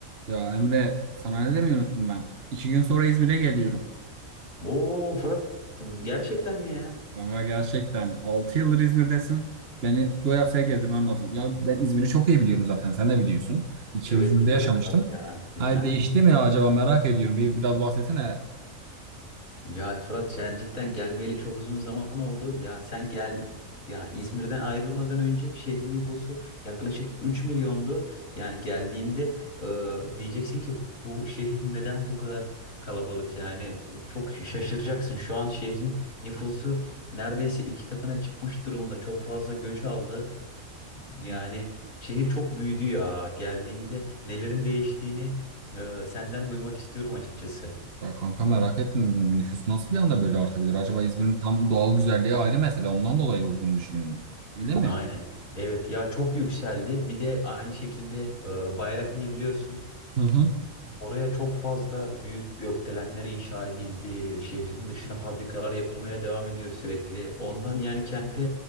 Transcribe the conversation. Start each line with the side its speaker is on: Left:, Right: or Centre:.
Right: Ya Emre sana ne demeyi unuttum ben. İki gün sonra İzmir'e geliyorum.
Left: Oo Fırat gerçekten mi ya?
Right: Kanka gerçekten 6 yıldır İzmir'desin. Beni doyasıya gezdirmen lazım. Ya ben İzmir'i çok iyi biliyorum zaten. Sen de biliyorsun. İki
Left: Evet
Right: yıl İzmir'de
Left: biliyorum
Right: yaşamıştım.
Left: Fırat ya. Bilmez
Right: Ay değişti
Left: miyim?
Right: mi ya acaba merak ediyorum. Bir, biraz bahsetsene.
Left: Ya Fırat sen cidden gelmeyeli çok uzun zaman oldu. Ya sen gel ya İzmir'den ayrılmadan önce şehrin nüfusu yaklaşık 3 milyondu. Yani geldiğinde e, diyeceksin ki bu şehir neden bu kadar kalabalık? Yani çok şaşıracaksın. Şu an şehrin nüfusu neredeyse iki katına çıkmış durumda. Çok fazla göç aldı. Yani
Right: Hı.
Left: şehir çok büyüdü ya. Geldiğinde nelerin değiştiğini e, senden duymak istiyorum açıkçası.
Right: Ya kanka merak ettim. Nüfus nasıl bir anda böyle artabilir? Acaba İzmir'in tam doğal güzelliği ayrı mesele. Ondan dolayı olduğunu düşünüyorum. Öyle mi?
Left: Aynen. Evet ya çok yükseldi. Bir de aynı şekilde e, Bayraklı'yı biliyorsun.
Right: Hı hı.
Left: Oraya çok fazla büyük gökdelenler inşa edildi. Şehrin dışına fabrikalar yapılmaya devam ediyor sürekli. Ondan yani kente